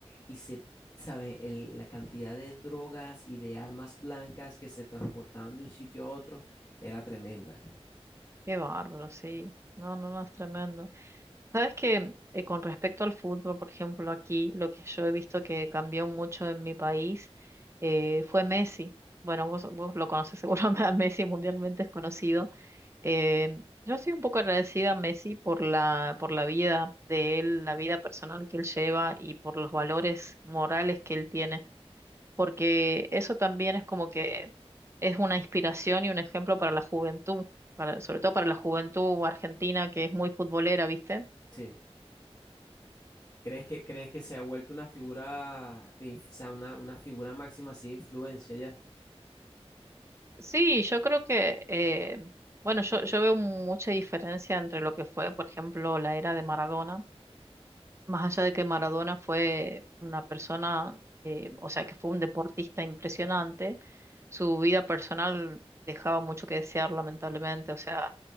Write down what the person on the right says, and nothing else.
qué bárbaro, sí. No, no, no, es tremendo. Sabes que eh, con respecto al fútbol, por ejemplo, aquí lo que yo he visto que cambió mucho en mi país eh, fue Messi. Bueno, vos, vos lo conoces seguramente <laughs> a Messi mundialmente es conocido. Eh, yo soy un poco agradecida a Messi por la, por la vida de él, la vida personal que él lleva y por los valores morales que él tiene, porque eso también es como que es una inspiración y un ejemplo para la juventud, para, sobre todo para la juventud argentina que es muy futbolera, ¿viste?
Sí, yo creo que, eh, bueno, yo, yo veo mucha diferencia entre lo que fue, por ejemplo, la era de Maradona, más allá de que Maradona fue una persona, eh, o sea, que fue un deportista impresionante, su vida personal dejaba mucho que desear, lamentablemente, o sea,